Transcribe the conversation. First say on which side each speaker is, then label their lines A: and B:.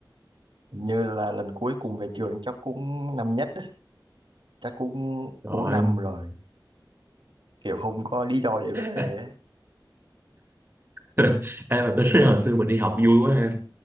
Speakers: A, on the right (about 85°); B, on the right (about 25°).
A: hình như là lần cuối cùng về trường chắc cũng năm nhất á. Chắc cũng
B: Rồi.
A: 4 năm rồi. Kiểu không có lý do để về
B: Ê,
A: á.
B: <laughs> ê mà tôi nói hồi xưa mình đi học vui quá ha.